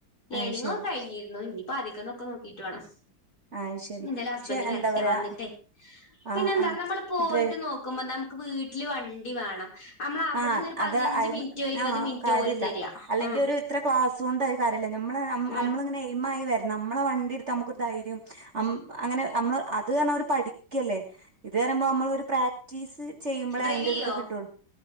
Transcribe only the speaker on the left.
ലേണിങ്
ഒക്കെ കഴിഞ്ഞിരുന്നു ഇനിപ്പാദ്യക്കന്ന് ഒക്കെ നോക്കിട്ട് വേണം
നി എന്തായാലും
ഹസ്ബന്റ് വരട്ടെ
വന്നിട്ട്
പിന്നെ എന്താറിയോ
നമ്മള് പോയിട്ട്
നോക്കുമ്പോ നമുക്ക് വീട്ടില് വണ്ടി വേണം അമ്മള് അവിടന്നൊരു
പതിനഞ്ച്
മിനിറ്റോ ഇരുപത്
മിനിറ്റോ
ഓല് തരാ
ആ
ഉം
ഡ്രൈവ്
ചെയ്യോ